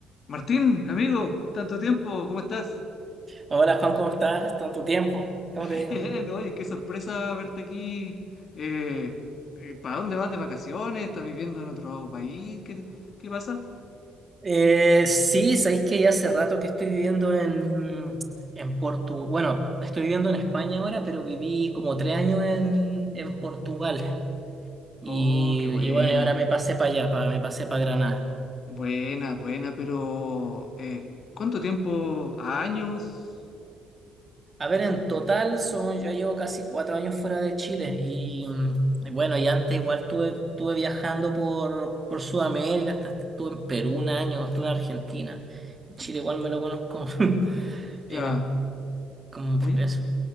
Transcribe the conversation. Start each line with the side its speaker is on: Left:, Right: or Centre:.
Left: Martín, amigo, tanto tiempo, ¿cómo estás?
Right: Hola Juan, ¿cómo estás? Tanto tiempo, ¿cómo
Left: <laughs>
Right: te digo?
Left: Bien, oye, qué sorpresa verte aquí. Eh, eh, ¿para dónde vas de vacaciones? ¿Estás viviendo en otro país? ¿Qué, qué pasa?
Right: Eh, sí, sabéis que ya hace rato que estoy viviendo en, en Portugal. Bueno, estoy viviendo en España ahora, pero viví como tres años en, en Portugal. Y,
Left: Oh, qué buena,
Right: y bueno, y ahora me pasé para allá, pa- me pasé para Granada.
Left: buena, buena, pero eh, ¿cuánto tiempo? ¿Años?
Right: A ver, en total son, yo llevo casi cuatro años fuera de Chile. Y, mm, y bueno, y antes igual estuve, estuve viajando por, por Sudamérica, hasta estuve en Perú un año, estuve en Argentina. y Chile igual me lo conozco. <laughs>
Left: Ya.
Right: Eh, como
Left: Oye,
Right: eso.